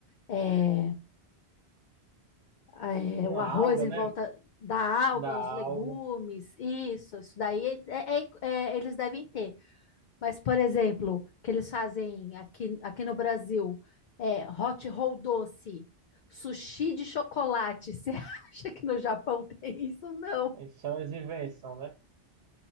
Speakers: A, on the left; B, on the right.
A: é, é,
B: uma
A: o arroz
B: alga,
A: em
B: né,
A: volta da alga,
B: da alga.
A: os legumes, isso, isso daí é- é- é- eles devem ter. Mas, por exemplo, que eles fazem aqui, aqui no Brasil, é hot roll doce, sushi de chocolate. Você <laughs> acha que no Japão tem isso? Não.
B: Aí São as invenções, né?